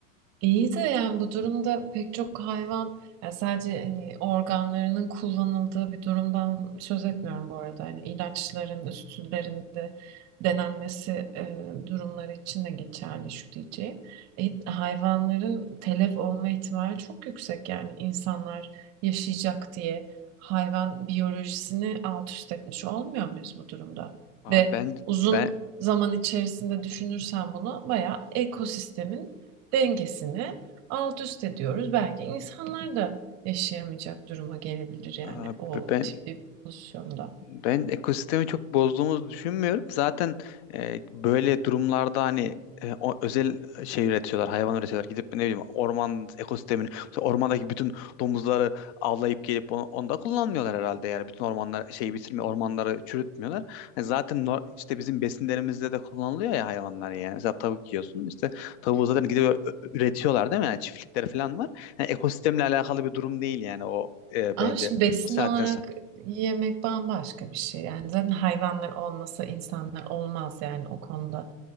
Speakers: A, on the right (about 45°); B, on the left (about 60°).
A: İyi de yani bu durumda pek çok hayvan yani sadece hani organlarının kullanıldığı bir durumdan söz etmiyorum bu arada. Hani ilaçların üstlerinde denenmesi e, durumları için de geçerli şu diyeceğim. E, hayvanların telef olma ihtimali çok yüksek yani insanlar yaşayacak diye hayvan biyolojisini alt üst etmiş olmuyor muyuz bu durumda?
B: Abi
A: Ve
B: ben
A: uzun
B: ben
A: zaman içerisinde düşünürsen bunu bayağı ekosistemin dengesini alt üst ediyoruz. Belki insanlar da yaşayamayacak duruma gelebilir yani
B: abi
A: o
B: ben
A: tip bir pozisyonda.
B: Ben ekosistemi çok bozduğumuzu düşünmüyorum. Zaten e, böyle durumlarda hani e, o, özel şey üretiyorlar, hayvan üretiyorlar. Gidip ne bileyim orman ekosistemini, mesela ormandaki bütün domuzları avlayıp gelip onu, onu da kullanmıyorlar herhalde. Yani bütün ormanlar şeyi bitirmiyor, ormanları çürütmüyorlar. Hani zaten no- işte bizim besinlerimizde de kullanılıyor ya hayvanlar yani. Mesela tavuk yiyorsun. işte tavuğu zaten gidip ö- ö- üretiyorlar değil mi? Yani çiftlikleri falan var. Yani ekosistemle alakalı bir durum değil yani o e,
A: Ama
B: bence
A: şimdi besin
B: bir saatten
A: olarak
B: sonra.
A: yemek bambaşka bir şey. Yani zaten hayvanlar olmasa insanlar olmaz yani o konuda.